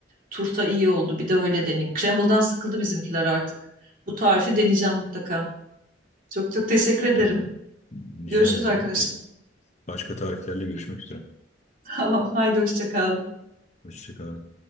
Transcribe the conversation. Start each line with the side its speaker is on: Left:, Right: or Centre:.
Right: Turta iyi oldu. Bir de öyle deneyeyim. Crumble'dan sıkıldı bizimkiler artık. Bu tarifi deneyeceğim mutlaka. Çok çok teşekkür ederim.
Left: tamam. Rica
Right: Görüşürüz
Left: ederim.
Right: arkadaşım.
Left: Tek başka tariflerle görüşmek üzere.
Right: <laughs> Tamam, haydi hoşça kal.
Left: Hoşçakalın.